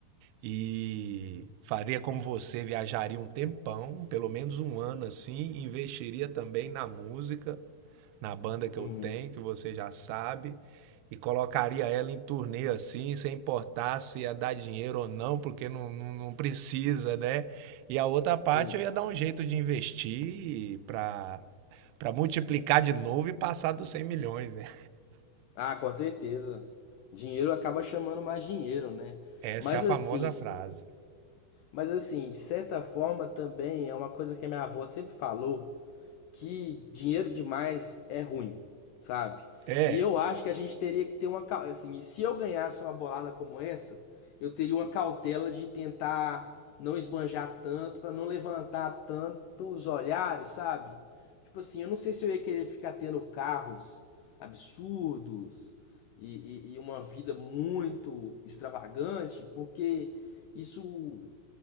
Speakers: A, on the right; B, on the left.
A: E faria como você, viajaria um tempão, pelo menos um ano assim, investiria também na música, na banda que eu
B: uhum,
A: tenho, que você já sabe, e colocaria ela em turnê assim, sem importar se ia dar dinheiro ou não, porque não, não, não precisa, né? E a outra parte
B: sim.
A: eu ia dar um jeito de investir para para multiplicar de novo e passar dos 100 milhões, né?
B: Ah, com certeza. Dinheiro acaba chamando mais dinheiro, né?
A: Essa
B: Mas
A: é a famosa
B: assim,
A: frase.
B: mas assim, de certa forma também é uma coisa que a minha avó sempre falou. que dinheiro demais é ruim, sabe?
A: É,
B: E eu acho que a gente teria que ter uma. Assim, se eu ganhasse uma bolada como essa, eu teria uma cautela de tentar não esbanjar tanto, para não levantar tantos olhares, sabe? Tipo assim, eu não sei se eu ia querer ficar tendo carros absurdos e, e- e uma vida muito extravagante, porque isso,